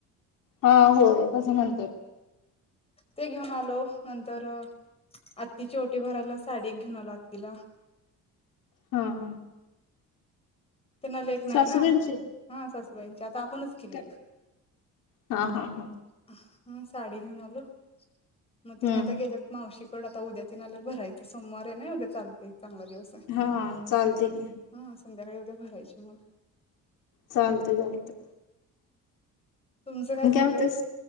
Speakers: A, on the left; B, on the left.
A: हां होय तसं म्हणत्यात.
B: ते घेऊन आलो नंतर अ आत्तीची ओटी भरायला साडी घेऊन आलो आत्तीला.
A: ह ह.
B: त्यांना लेक नाही
A: सासूबाईंची
B: आहे ना हा असस वेन च्यात <unintelligible> आपणच लेक.
A: काय? हा हा हा
B: हं साडी घेऊन आलो. म तिने
A: हम्म
B: आता गेलेत मावशीक पण आता उद्या ती नाल्याही भरायचं सोमवार हे ना उद्या चालतंय. चांगला दिवस आहे
A: हा चालतंय की.
B: हा संध्याकाळी ऊद्या भरायची मग.
A: चालतंय चालतंय.
B: तुमचं काय चाललंय?
A: म्हणतेस